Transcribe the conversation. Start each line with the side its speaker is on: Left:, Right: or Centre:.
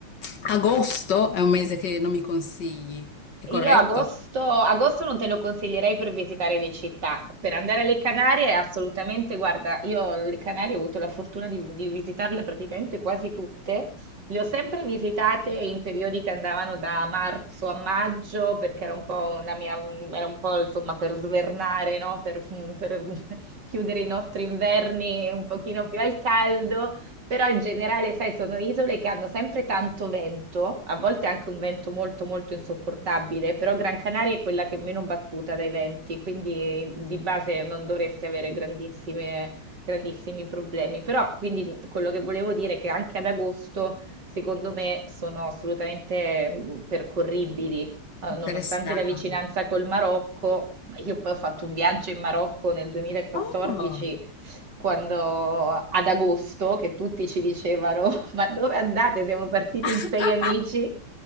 Left: agosto è un mese che non mi consigli, è
Right: Io
Left: corretto?
Right: agosto, agosto non te lo consiglierei per visitare le città. Per andare alle Canarie, assolutamente, guarda, io le Canarie ho avuto la fortuna di, di visitarle praticamente quasi tutte. Le ho sempre visitate in periodi che andavano da marzo a maggio, perché era un po' una mia, era un po' insomma per svernare, no? Per, per <laughs> chiudere i nostri inverni un pochino più al caldo. Però in generale, sai, sono isole che hanno sempre tanto vento, a volte anche un vento molto molto insopportabile, però Gran Canaria è quella che è meno battuta dai venti, quindi di base non dovresti avere grandissime, grandissimi problemi. Però quindi quello che volevo dire è che anche ad agosto, secondo me, sono assolutamente mm, percorribili, Eh,
Left: Interessante.
Right: nonostante la vicinanza col Marocco. ma Io poi ho fatto un viaggio in Marocco nel 2014
Left: Oh,
Right: quando ad agosto, che tutti ci dicevano: <laughs> Ma dove andate? Siamo partiti
Left: <laughs>
Right: in sei amici